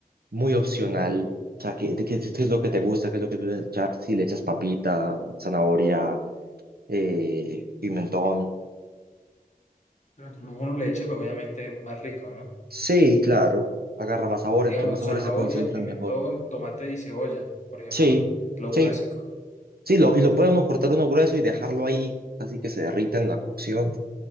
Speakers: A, on the right; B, on the left.
A: muy opcional. O sea, ¿qué, qué- qué es lo que te gusta? ¿Qué es lo que te gusta echar? Si le echas papita, zanahoria, eh, pimentón.
B: pero entre más uno le eche, pues obviamente más rico, ¿no?
A: Sí, claro. Agarra más sabor,
B: digamos,
A: entre más sabores
B: zanahoria,
A: se concentran
B: pimentón,
A: mejor.
B: tomate y cebolla, por ejemplo,
A: Sí,
B: lo
A: sí.
B: clásico.
A: Sí, lo, y lo puede uno cortar uno grueso y dejarlo ahí, así que se derrita en la cocción,